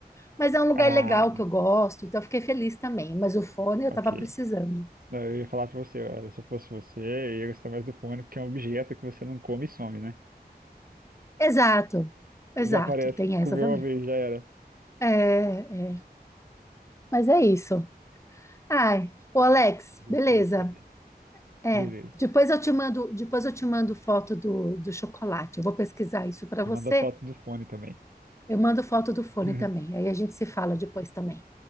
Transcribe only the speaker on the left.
Mas é um lugar
legal que eu gosto, então eu fiquei feliz também. Mas o fone eu
estava precisando.
Exato, exato,
tem essa
também.
É, é. Mas é isso. Ai, o Alex,
beleza.
É,
depois eu te mando, depois eu te mando foto do, do chocolate. Eu vou pesquisar isso para
você
Eu mando foto do fone
também. Aí a gente se fala depois também.